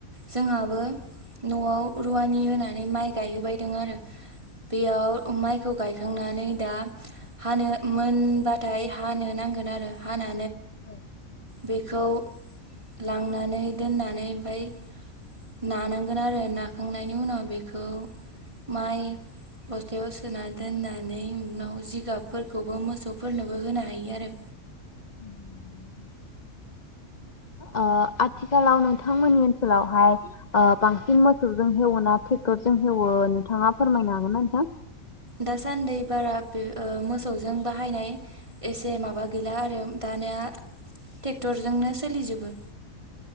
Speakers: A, on the right (about 20°); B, on the left (about 35°).
A: जोंहाबो न'आव रुवानि होनानै माइ गायहो बायदों आरो। बेयाव माइखौ गायखांनानै दा हानो मोन बाथाय हानो नांगोन आरो हाना
B: औ।
A: बेखौ लांनानै दोननानै ओमफ्राय नानांगोन आरो नाखांनायनि उनाव बेखौ माइ बस्थायाव सोन दोननानै उनाव जिगाब फोर खौबो मोसौ फोरनोबो होनो हायो आरो।
B: उम। ओ आथिखालाव नोंथां मोननि ओनसोलाव हाय ओ बांसिन मोसौजों हेवो ना टेक्टर जों हेवो नोंथाङा फोरमायनो हागोन ना नोंथां?
A: दासान्दि बारा बे मोसौजों बाहायनाय एसे माबा गैला आरो दा
B: <inaudible>
A: ट्रेक्टरजोंनो सोलिजोबो